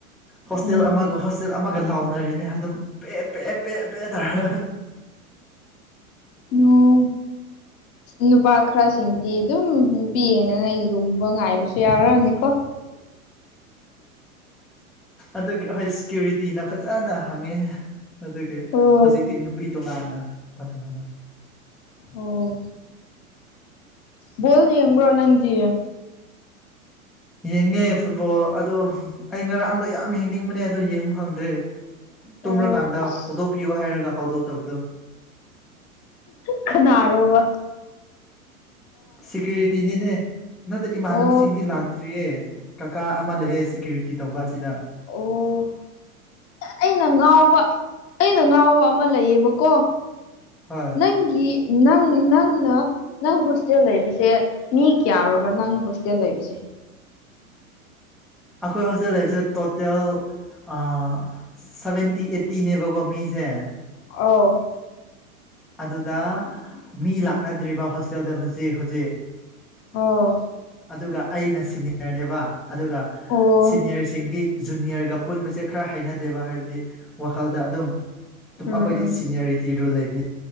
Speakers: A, in the centre; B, on the left.
A: ꯍꯣꯁꯇꯦꯜ
B: ꯎꯝ
A: ꯑꯃꯗꯣ ꯍꯣꯁꯇꯦꯜ ꯑꯃ ꯂꯥꯎꯅꯔꯤꯅꯦ ꯑꯗꯨꯝ ꯄꯦ ꯄꯦ ꯄꯦ ꯄꯦ ꯇꯔꯒ
B: ꯑꯣ ꯅꯨꯄꯥ ꯈꯔꯁꯤꯡꯗꯤ ꯑꯗꯨꯝ ꯅꯨꯄꯤ ꯌꯦꯡꯂꯒ ꯑꯩ ꯂꯨꯝꯕ ꯉꯥꯏꯕꯁꯨ ꯌꯥꯎꯔꯝꯅꯤꯀꯣ
A: ꯑꯗꯨꯒꯤ ꯑꯩꯈꯣꯢ ꯁꯦꯀ꯭ꯌꯨꯔꯤꯇꯤꯅ ꯐꯖꯅ ꯍꯪꯉꯦ ꯑꯗꯨꯒꯤ
B: ꯑꯣ
A: ꯍꯧꯖꯤꯛꯇꯤ ꯅꯨꯄꯤ ꯇꯣꯉꯥꯟꯅ ꯅꯨꯄꯥ ꯇꯣꯉꯥꯟꯅ
B: ꯑꯣ ꯕꯣꯜ ꯌꯦꯡꯕ꯭ꯔꯣ ꯅꯪꯗꯤ
A: ꯌꯦꯡꯉꯦ ꯐꯨꯠꯕꯣꯜ ꯑꯗꯣ ꯑꯩ ꯉꯔꯥꯡꯗꯣ ꯌꯥꯝ ꯌꯦꯡꯅꯤꯡꯕꯅꯦ ꯑꯗꯣ ꯌꯦꯡꯕ ꯐꯪꯗ꯭ꯔꯦ
B: ꯑꯣ
A: ꯇꯨꯝꯔꯀꯥꯟꯗ
B: ꯑꯁ
A: ꯍꯧꯗꯣꯛꯄꯤꯌꯣ ꯍꯥꯏꯔꯒ ꯍꯧꯗꯣꯛꯇꯕꯗꯣ
B: ꯈꯅꯥꯔꯣ ꯋꯥ
A: ꯁꯦꯀ꯭ꯌꯨꯔꯤꯇꯤꯅꯤꯅꯦ ꯅꯠꯇꯦ ꯏꯃꯥꯟꯅꯕꯁꯤꯡꯗꯤ
B: ꯑꯣ
A: ꯂꯥꯛꯇꯦ ꯌꯦ ꯀꯥꯀꯥ ꯑꯃ ꯂꯩꯌꯦ ꯁꯦꯀ꯭ꯌꯨꯔꯤꯇꯤ ꯇꯧꯕꯁꯤꯗ
B: ꯑꯣ ꯑꯩꯅ ꯉꯥꯎꯕ ꯑꯩꯅ ꯉꯥꯎꯕ ꯑꯃ ꯂꯩꯌꯦꯕꯀꯣ
A: ꯍꯣꯏ
B: ꯅꯪꯒꯤ ꯅꯪ ꯅꯪꯅ ꯅꯪ ꯍꯣꯁꯇꯦꯜ ꯂꯩꯕꯁꯦ ꯃꯤ ꯀꯌꯥꯔꯣꯕ ꯅꯪ ꯍꯣꯁꯇꯦꯜ ꯂꯩꯕꯁꯦ <inaudible>
A: ꯑꯩꯈꯣꯏ ꯍꯣꯁꯇꯦꯜ ꯂꯩꯕꯁꯦ ꯇꯣꯇꯦꯜ ꯑ ꯁꯚꯦꯟꯇꯤ ꯑꯦꯠꯇꯤꯅꯦꯕꯀꯣ ꯃꯤꯁꯦ
B: ꯑꯧ
A: ꯑꯗꯨꯗ ꯃꯤ ꯂꯥꯛꯅꯗ꯭ꯔꯤꯕ ꯍꯣꯁꯇꯦꯜꯗ ꯍꯧꯖꯤꯛ ꯍꯧꯖꯤꯛ
B: ꯑꯣ
A: ꯑꯗꯨꯒ ꯑꯩꯅ ꯁꯤꯅꯤꯌꯔꯅꯦꯕ ꯑꯗꯨꯒ
B: ꯑꯣ
A: ꯁꯤꯅꯤꯌꯔꯁꯤꯡꯗꯤ ꯖꯨꯅꯤꯌꯔꯒ ꯄꯨꯟꯕꯁꯦ ꯈꯔ ꯍꯥꯏꯅꯗꯦꯕ ꯍꯥꯏꯕꯗꯤ ꯋꯥꯈꯜꯗ ꯑꯗꯨꯝ ꯇꯨꯝ
B: ꯎꯝ
A: ꯑꯩꯈꯣꯏꯗꯤ
B: ꯎꯝ
A: ꯁꯤꯅꯤꯌꯔꯔꯤꯇꯤ ꯔꯨꯜ ꯂꯩꯕꯅꯤ